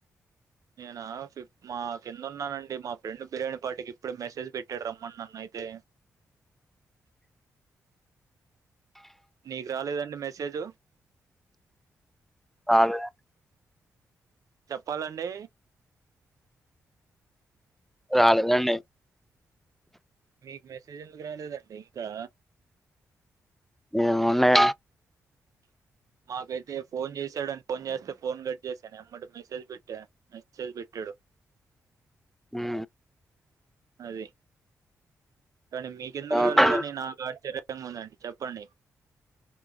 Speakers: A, on the right; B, in the centre.
A: నేనా ఫిఫ్ మా కింద ఉన్నానండి మా ఫ్రెండ్ బిర్యానీ పార్టీకి ఇప్పుడే మెసేజ్ పెట్టాడు రమ్మని నన్ను అయితే నీకు రాలేదండి మెసేజు
B: రాలే
A: చెప్పాలండి
B: రాలేదండి
A: మీకు మెసేజ్ ఎందుకు రాలేదండి ఇంకా
B: ఏమో నే
A: మాకైతే ఫోన్ చేసి డని ఫోన్ చేస్తే ఫోన్ కట్ చేసాను ఎమ్మటే మెసేజ్ పెట్టా మెసేజ్ పెట్టాడు
B: హు
A: అది కానీ మీకెందుకు
B: ఏమంటారు?
A: రాలేదని నాకు ఆచార్యం సేమ్ ఉందండి చెప్పండి